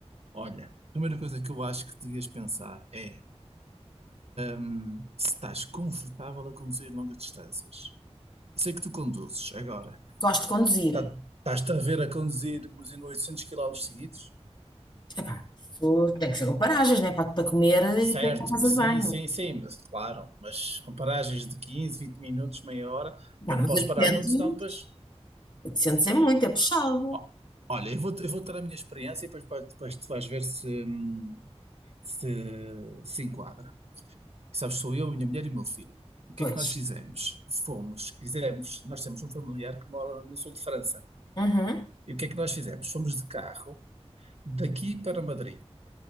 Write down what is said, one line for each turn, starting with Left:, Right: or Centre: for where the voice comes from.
Right: Olha, a primeira coisa que eu acho que devias pensar é hum, se estás confortável a conduzir longas distâncias. Eu sei que tu conduzes agora.
Left: Gosto de conduzir.
Right: Tá- Estás-te a ver a conduzir mas em 800 quilómetros seguidos?
Left: Epá, isso tem que ser com paragens, né? Para, para comer e
Right: Certo,
Left: para ir para casa
Right: sim,
Left: de banho.
Right: sim, sim, mas claro, mas com paragens de 15 20 minutos, meia hora,
Left: Pá,
Right: bem,
Left: mas
Right: não posso
Left: 800,
Right: parar muito, senão depois.
Left: 800 é muito, é puxado.
Right: Ó, olha, eu vou, eu vou ter a minha experiência e depois, depois tu vais ver se, hum, se se enquadra. Sabes, sou eu, minha mulher e meu filho. O que
Left: Pois.
Right: é que nós fizemos? Fomos, quisemos, nós temos um familiar que mora no sul de França.
Left: Uhum.
Right: E o que é que nós fizemos? Fomos de carro daqui para Madrid,